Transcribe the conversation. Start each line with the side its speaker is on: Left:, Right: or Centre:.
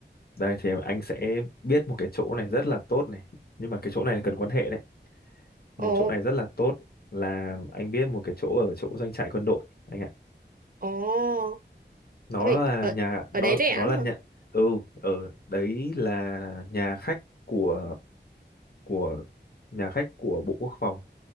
Left: Đây thì anh sẽ biết một cái chỗ này rất là tốt này nhưng mà cái chỗ này cần quan hệ đấy
Right: Ồ
Left: một chỗ này rất là tốt là anh biết một cái chỗ ở chỗ doanh trại quân đội anh ạ
Right: ồ
Left: nó
Right: ôi
Left: là
Right: ở,
Left: nhà
Right: ở
Left: nó
Right: đấy rẻ
Left: nó
Right: lắm
Left: là
Right: hả
Left: nhà ừ ở đấy là nhà khách của của nhà khách của Bộ Quốc phòng